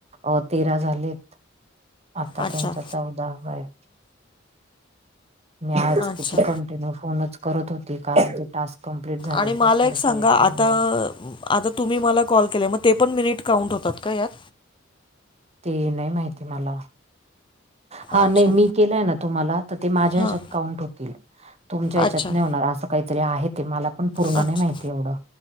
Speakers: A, on the right; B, on the left.
A: अ तेरा झालेत. आत्ता
B: अच्छा
A: तुमचा चौदाव्वाय. मी आज
B: अच्छा
A: किती कंटिन्यू फोनच करत होत ते कालचे टास्क कंप्लीट झाल्याशिवाय
B: आणि मला
A: पुढचं
B: एक सांगा
A: येत नाही
B: आता
A: ना.
B: आता तुम्ही मला कॉल केलाय, मग ते पण मिनिट काउंट होतात का यात?
A: ते नाही माहिती मला. हा
B: अच्छा
A: नाही, मी केलाय ना तुम्हाला, तर ते माझ्या
B: हां
A: हेच्यात काउंट होतील. तुमच्या याच्यात
B: अच्छा
A: नाही होणार, असं काहीतरी आहे ते, मला पण पूर्ण
B: अच्छा
A: नाही माहिती एवढं,